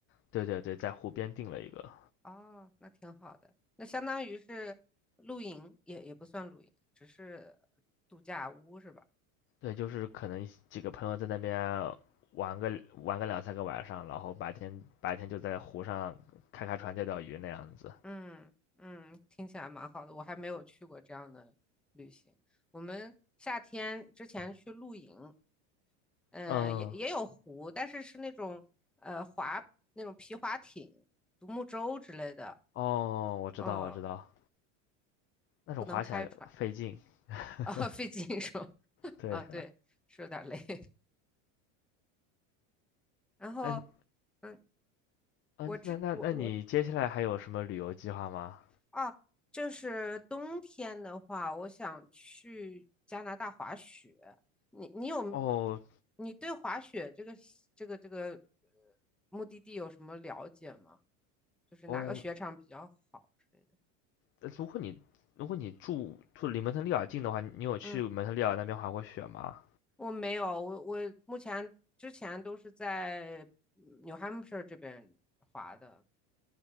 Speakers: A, on the left; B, in the centre.
A: 对对对，在湖边订了一个。
B: 哦，那挺好的，那相当于是露营，也也不算露营，只是度假屋是吧？
A: 对，就是可能几个朋友在那边玩个玩个两三个晚上，然后白天白天就在湖上开开船钓钓鱼那样子。
B: 嗯嗯，听起来蛮好的，我还没有去过这样的旅行。我们夏天之前去露营，呃，
A: 嗯，
B: 也也有湖，但是是那种呃滑那种皮划艇、独木舟之类的，
A: 哦，我知道我知道。
B: 嗯，
A: 那种滑起来费劲。
B: 不能开船
A: <laughs>
B: 啊，<laughs> 费劲是吧？
A: 对，
B: 啊，对，是有点累。<laughs> 然后，
A: 嗯
B: 嗯，
A: 嗯，
B: 我这我我
A: 那那那你接下来还有什么旅游计划吗？
B: 啊，就是冬天的话，我想去加拿大滑雪。你你有
A: 哦
B: 你对滑雪这个这个这个呃目的地有什么了解吗？就是哪个雪场比较好之类的？
A: 哦，呃如果你如果你住住离蒙特利尔近的话，你有去蒙特利尔那边滑过雪吗？
B: 嗯。我没有，我我目前之前都是在嗯 New Hampshire 这边滑的。